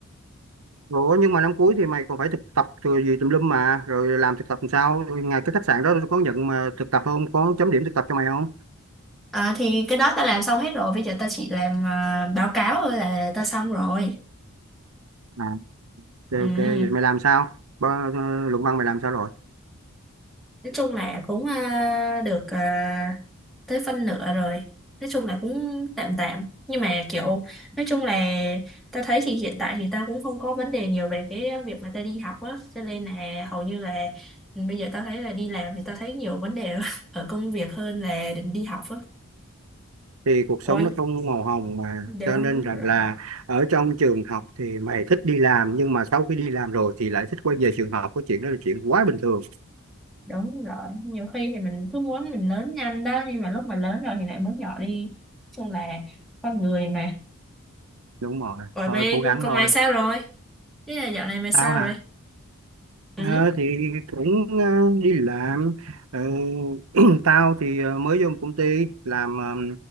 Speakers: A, on the right (about 75°); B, in the centre.
A: Ủa nhưng mà năm cuối thì mày còn phải thực tập rồi gì tùm lum mà rồi làm thực tập làm sao ngày cái khách sạn đó có nhận mà thực tập không có chấm điểm thực tập cho mày không
B: À, thì cái đó ta làm xong hết rồi bây giờ ta chỉ làm à, báo cáo thôi là ta xong rồi
A: à ok
B: ừ
A: ok vậy mày làm sao Ba, ờ, luận văn mày làm sao rồi
B: nói chung là cũng ờ, được ờ, tới phân nửa rồi nói chung là cũng tạm tạm nhưng mà kiểu nói chung là ta thấy thì hiện tại thì ta cũng không có vấn đề nhiều về cái việc mà ta đi học á cho nên là hầu như là ừ, bây giờ ta thấy là đi làm thì ta thấy nhiều vấn đề <laughs> ở công việc hơn là định đi học á
A: thì cuộc sống
B: Ủa,
A: nó không màu hồng mà
B: đúng
A: cho nên rằng
B: rồi
A: là ở trong trường học thì mày thích đi làm nhưng mà sau khi đi làm rồi thì lại thích quay về trường học cái chuyện đó là chuyện quá bình thường
B: đúng rồi nhiều khi thì mình cứ muốn mình lớn nhanh đó nhưng mà lúc mà lớn rồi thì lại muốn nhỏ đi nói chung là con người mà
A: đúng rồi
B: rồi
A: thôi
B: bé
A: cố
B: con
A: gắng
B: con
A: thôi
B: Mai sao rồi Ý là dạo này mày
A: tao
B: sao
A: hả
B: rồi? Ừ.
A: Ờ, thì cũng ờ, đi làm Ờ, <clears throat> tao thì ờ, mới vô công ty làm ờ,